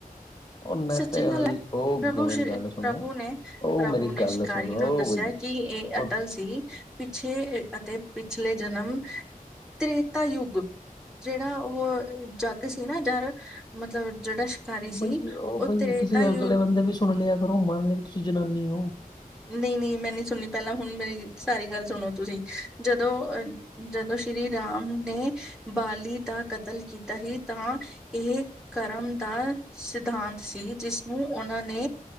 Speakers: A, on the left; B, in the centre.
A: ਉਹ ਨੈਟ
B: ਸੱਚੀ
A: ਵਾਲੀ
B: ਗੱਲ ਹੈ।
A: ਉਹ
B: ਪ੍ਰਭੂ
A: ਗ- ਮੇਰੀ
B: ਸ਼੍ਰੀ
A: ਗੱਲ ਸੁਣੋ
B: ਪ੍ਰਭੂ ਨੇ
A: ਉਹ
B: ਪ੍ਰਭੂ
A: ਮੇਰੀ
B: ਨੇ
A: ਗੱਲ
B: ਸ਼ਿਕਾਰੀ
A: ਸੁਣੋ
B: ਨੂੰ ਦੱਸਿਆ।
A: ਬਈ
B: ਕੀ ਇਹ
A: ਉਹ
B: ਅਟਲ ਸੀ? ਛੇ ਇਹ, ਅਤੇ ਪਿਛਲੇ ਜਨਮ ਤ੍ਰੇਤਾ ਯੁੱਗ। ਜਿਹੜਾ ਉਹ ਜੱਗ ਸੀ ਨਾ, ਜ਼ਰ ਮਤਲਬ ਜਿਹੜਾ ਸ਼ਿਕਾਰੀ ਸੀ
A: ਬਈ, ਉਹ ਬਈ
B: ਤ੍ਰੇਤਾ
A: ਕਿਸੇ
B: ਯੂ
A: ਅਗਲੇ ਬੰਦੇ ਵੀ ਸੁਣ ਲਿਆ ਕਰੋ। ਮੰਨ ਲਿਆ ਕਿ ਤੁਸੀਂ ਜਨਾਨੀ ਹੋ।
B: ਨਹੀਂ, ਨਹੀਂ ਮੈਂ ਨਹੀਂ ਸੁਣੀ ਪਹਿਲਾਂ ਹੁਣ ਮੇਰੀ ਸਾਰੀ ਗੱਲ ਸੁਣੋ ਤੁਸੀਂ, ਜਦੋਂ ਅਹ ਜਦੋਂ ਸ਼੍ਰੀ ਰਾਮ ਨੇ ਬਾਲੀ ਦਾ ਕਤਲ ਕੀਤਾ ਸੀ, ਤਾਂ ਇਹ ਕਰਮ ਦਾ ਸਿਧਾਂਤ ਸੀ, ਜਿਸਨੂੰ ਉਹਨਾਂ ਨੇ